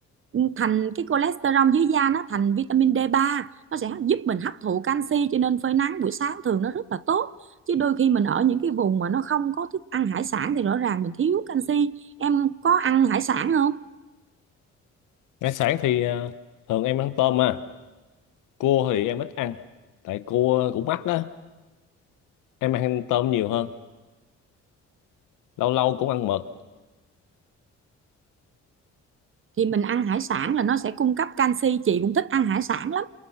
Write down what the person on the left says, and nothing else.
ngày sáng thì ờ, thường em ăn tôm à cua thì em ít ăn tại cua cũng mắc đó em ăn tôm nhiều hơn lâu lâu cũng ăn mực